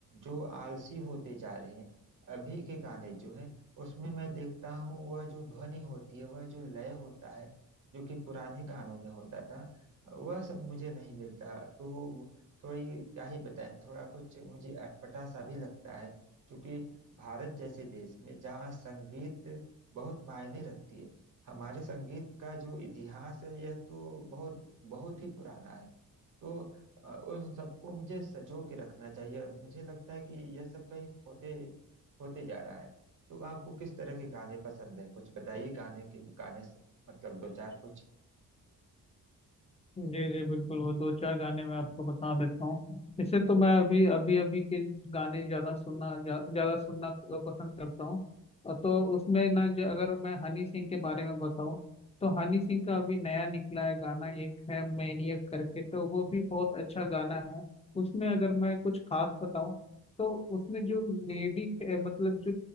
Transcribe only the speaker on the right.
जो आलसी होते जा रहे हैं अभी के गाने जो हैं उसमें मैं देखता हूँ वह जो ध्वनि होती है वह जो लय होता है जो कि पुराने गानों में होता था वह सब मुझे नहीं मिलता तो थोड़ी क्या ही बताएं थोड़ा कुछ मुझे अटपटा सा भी लगता है क्योंकि भारत जैसे देश में जहाँ संगीत बहुत मायने रखती है हमारे संगीत का जो इतिहास है यह तो बहुत बहुत ही पुराना है तो अ, उन सबको मुझे सजो के रखना चाहिए और मुझे लगता है कि यह सब कहीं खोते खोते जा रहा है तो आपको किस तरह के गाने पसंद है कुछ बताइए गाने के गाने से- मतलब दो चार कुछ